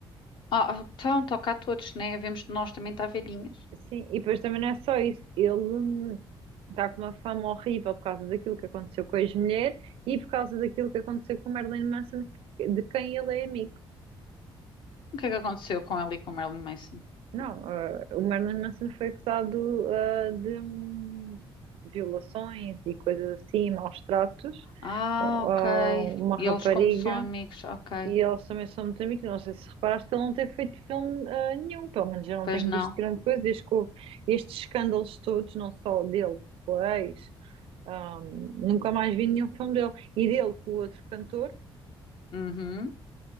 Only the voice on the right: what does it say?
Sim, e depois também não é só isso. Ele hum, está com uma fama horrível por causa daquilo que aconteceu com a ex-mulher e por causa daquilo que aconteceu com o Marilyn Manson, de quem ele é amigo.
Não, ah, o Marilyn Manson foi acusado, ah, de hum, violações e coisas assim, maus tratos,
a
uma rapariga.
E eles também são muito amigos. Não sei se reparaste que ele não tem feito filme ah, nenhum, pelo menos eu não
tenho visto
grande coisa desde que houve estes escândalos todos, não só dele, com a ex. Ahm, nunca mais vi nenhum filme dele. E dele com o outro cantor,